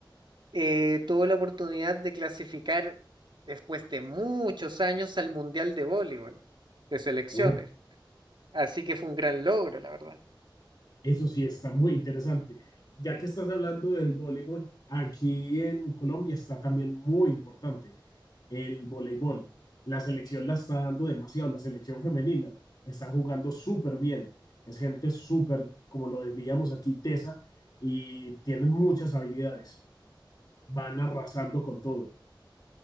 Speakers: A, on the right; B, on the left.
A: eh, tuvo la oportunidad de clasificar después de muchos años al Mundial de Voleibol de selecciones.
B: Oh,
A: Así que fue un gran logro, la verdad.
B: Eso sí, está muy interesante. Ya que estás hablando del voleibol, aquí en Colombia está también muy importante. el voleibol. La selección la está dando demasiado, la selección femenina. Están jugando súper bien. Es gente súper, como lo diríamos aquí, tesa, y tienen muchas habilidades. Van arrasando con todo.